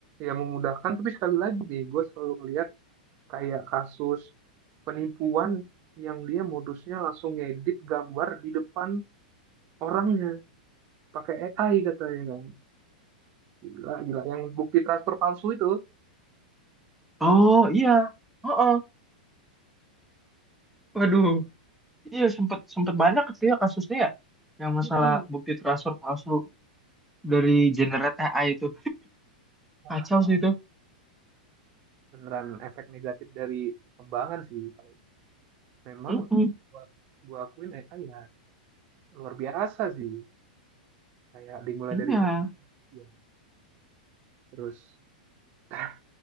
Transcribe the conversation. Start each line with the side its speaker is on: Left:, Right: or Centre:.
Right: ya memudahkan. Tapi sekali lagi nih, gue selalu ngeliat kayak kasus penipuan yang dia modusnya langsung ngedit gambar di depan orangnya pakai AI katanya kan. Gila, gila. Yang bukti transfer palsu itu.
Centre: Oh iya. oh Waduh, Iya sempet sempet banyak itu ya kasusnya ya. Yang masalah
Right: Mm-mm.
Centre: bukti transfer palsu dari Generate AI itu.
Right: Wah,
Centre: Kacau
Right: paham.
Centre: sih itu.
Right: beneran efek negatif dari kembangan sih. Kalau memang
Centre: Mm-mm.
Right: gua, gua akuin AI ya luar biasa sih. kayak dimulai
Centre: Iya.
Right: dari ChatGPT ya. terus <laughs>